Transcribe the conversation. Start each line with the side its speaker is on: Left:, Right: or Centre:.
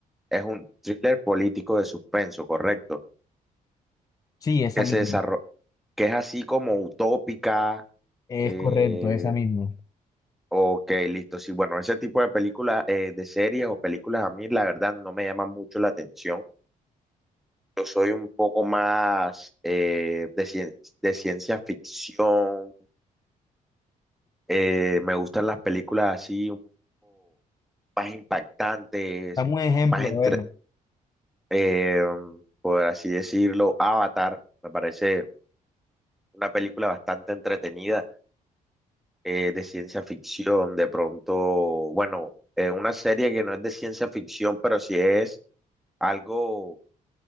Centre: es un thriller político de suspenso, ¿correcto?
Left: Sí, esa
Centre: Que
Left: misma.
Centre: se desarro- que es así como utópica.
Left: Es
Centre: eh,
Left: correcto, esa misma.
Centre: ok, listo. Sí, bueno, ese tipo de películas, eh, de series o películas a mí, la verdad, no me llaman mucho la atención. Yo soy un poco más eh, de, cien- de ciencia ficción. eh, me gustan las películas así más impactantes,
Left: Dame un ejemplo,
Centre: más
Left: a
Centre: entre,
Left: ver.
Centre: eh, por así decirlo, Avatar, me parece una película bastante entretenida eh, de ciencia ficción, de pronto, bueno, eh, una serie que no es de ciencia ficción, pero sí es algo